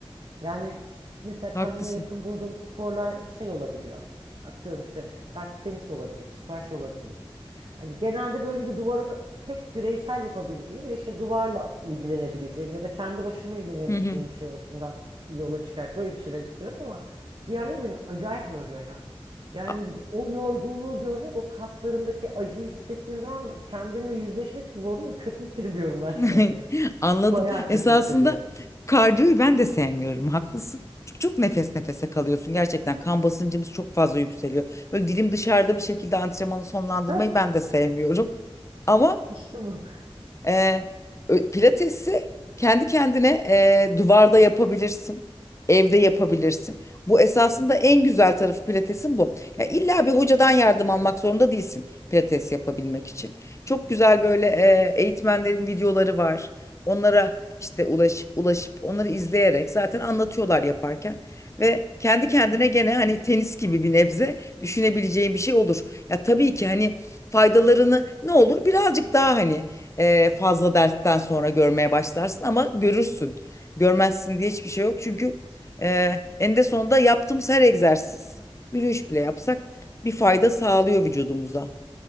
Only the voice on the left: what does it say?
Haklısın.
Hı hı.
A-
<laughs>
Anladım.
Esasında
kardiyoyu ben de sevmiyorum. Haklısın. Çünkü çok nefes nefese kalıyorsun. Gerçekten kan basıncımız çok fazla yükseliyor. Böyle dilim dışarıda bir şekilde antrenmanı sonlandırmayı
ben de sevmiyorum. Ama
Ee, ö- pilatesi kendi kendine e, duvarda yapabilirsin. Evde yapabilirsin. Bu esasında en güzel tarafı pilatesin bu. Ya illa bir hocadan yardım almak zorunda değilsin pilates yapabilmek için. Çok güzel böyle e, eğitmenlerin videoları var. Onlara işte ulaş, ulaşıp onları izleyerek zaten anlatıyorlar yaparken. Ve kendi kendine gene hani tenis gibi bir nebze düşünebileceğin bir şey olur. Ya tabii ki hani faydalarını ne olur birazcık daha hani ee, fazla dersten sonra görmeye başlarsın ama görürsün. Görmezsin diye hiçbir şey yok. Çünkü e, eninde sonunda yaptığımız her egzersiz, yürüyüş bile yapsak bir fayda sağlıyor vücudumuza.